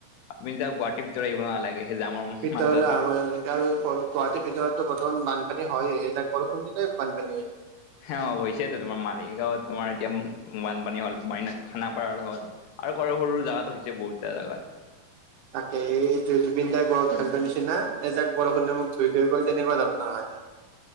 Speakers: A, on the left; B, on the right.
A: তুমি এতিয়া গুৱাহাটীৰ ভিতৰত আহিব নালাগে সেই জামৰ
B: ভিতৰলৈ
A: মাজত
B: আহব নালাগে। আৰু গুৱাহাটীৰ ভিতৰতো বৰ্তমান বানপানী হয়ে এযাক বৰষুণ দিলে বানপানী হৈ যায়।
A: হে অ, হৈছেতো তোমাৰ মালিগাঁৱত তোমাৰ এতিয়া বানপানী হ'ল, তোমাৰ ইনাক খানাপাৰাত হ'ল। আৰু কৰো সৰু সৰু জেগাত হৈছে বহুত জা জাগাত।
B: তাকে এইটো জু -জুবিন দাই গোৱা গানটোৰ নিচিনা এজাক বৰষুণে মোক ধুই থৈ গ'ল তেনেকুৱা ধৰণৰ হয়।